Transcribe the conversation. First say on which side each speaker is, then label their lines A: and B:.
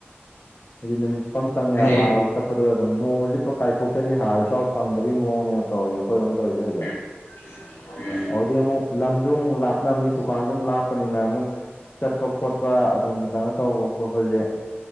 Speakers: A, on the left (about 40°); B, on the left (about 75°).
A: ꯍꯥꯏꯗꯤ ꯅꯨꯃꯤꯠ ꯆꯨꯞꯄꯝ ꯆꯪꯉꯦ
B: ꯑꯗꯨꯅꯦ
A: ꯍꯥꯔ ꯂꯧ ꯆꯄ ꯑꯗꯨꯗ ꯑꯗꯨꯝ ꯅꯣꯡꯃꯖꯦ ꯄꯨꯔꯞ ꯀꯥꯏꯊꯣꯛꯇ꯭ꯔꯗꯤ ꯍꯥꯔ ꯁꯨꯐꯥꯎ ꯐꯪꯗꯕꯒꯤ ꯃꯑꯣꯡꯅꯦꯕ ꯇꯧꯔꯤꯖꯦ ꯑꯈꯣꯏꯔꯣꯝ ꯇꯧꯔꯤꯖꯦ ꯍꯧꯖꯤꯛ
B: <inaudible> ꯎꯝ
A: ꯑꯧꯗꯨꯗꯩ ꯑꯃꯨꯛ ꯂꯝꯖꯨ ꯑꯃꯨꯛ ꯂꯥꯞꯅꯝꯅꯤ ꯗꯨꯀꯥꯟꯖꯨ ꯃꯨꯛ ꯂꯥꯞꯄꯅꯤꯅ ꯑꯃꯨꯛ ꯆꯠꯄ ꯈꯣꯠꯄ ꯑꯗꯨꯝ ꯀꯩꯅꯣ ꯇꯧꯕ ꯈꯣꯠꯄꯖꯦ